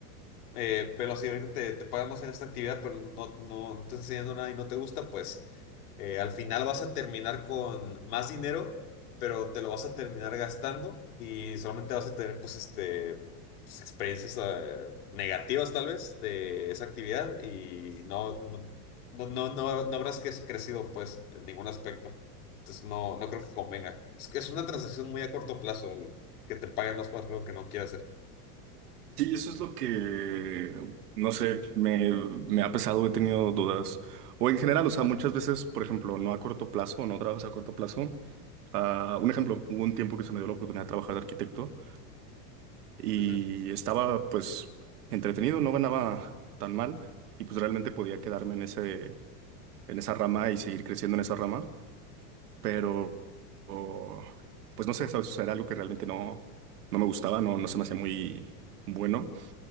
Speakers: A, on the left; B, on the right.
A: eh, velo así, ahorita te, te pagan más en esta actividad, pero no, no, no te está enseñando nada y no te gusta, pues eh, al final vas a terminar con más dinero, pero te lo vas a terminar gastando y solamente vas a tener, pues, este, pues, experiencias eh, negativas tal vez de esa actividad y no, no, no, no, no, no habrás cre- crecido, pues, en ningún aspecto. Entonces, no, no creo que convenga. Es que es una transacción muy a corto plazo el que te paguen más para algo que no quieras hacer.
B: Sí, eso es lo que, no sé, me, me ha pesado, he tenido dudas. O en general, o sea, muchas veces, por ejemplo, no a corto plazo, no trabajas a corto plazo. Ah, un ejemplo, hubo un tiempo que se me dio la oportunidad de trabajar de arquitecto y
A: Ujú.
B: estaba pues entretenido, no ganaba tan mal y pues realmente podía quedarme en ese, en esa rama y seguir creciendo en esa rama, pero o- pues no sé, ¿sabes? O sea, era algo que realmente no, no me gustaba, no, no se me hacía muy bueno.